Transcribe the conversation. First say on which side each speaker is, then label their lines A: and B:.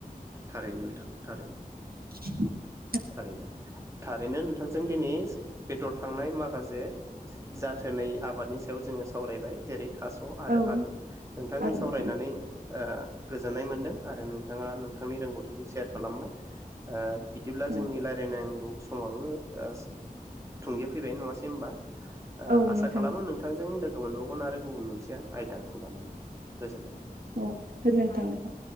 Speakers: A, on the right (about 20°); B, on the right (about 90°).
A: थारैनो नोंथां थारैनो।
B: <inaudible>
A: थारैनो। थारैनो नोंथांजों दिनै बेदर थांनाय माखासे जाथोनै आबादनि सायाव जोङो सावरायबाय । जेरै थास' आरो
B: नंगौ नोंथां
A: आलु नोंथांजों
B: औ आरो
A: सावरायनानै ओ गोजोननाय मोनदों आरो नोंथाङा नोंथांनि रोंगौथिखौ सेयार खालामबाय ओ बि दिब्ला जोंनि
B: औ
A: लायरायनांगौ समाबो ओस थुंगे फैबाय। नङासै होमबा? ओ
B: औ
A: आसा
B: नोंथां
A: खालामो नोंथांजों लो गो मोनबावगोन आरो गुबुन मोनसेया आयदाखौ लानानै गोजोनथों।
B: उम गोजोन्थों।